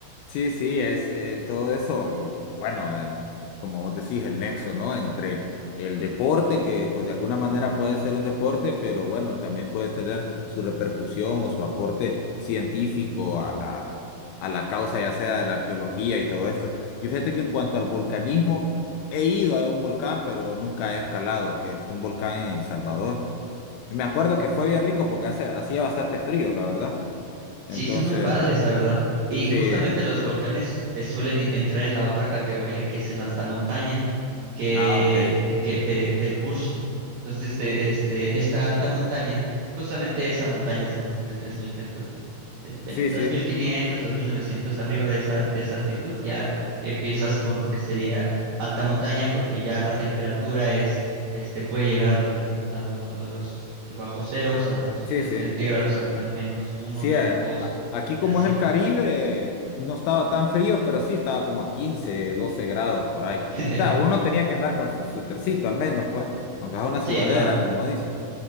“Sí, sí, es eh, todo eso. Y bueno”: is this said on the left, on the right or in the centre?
Left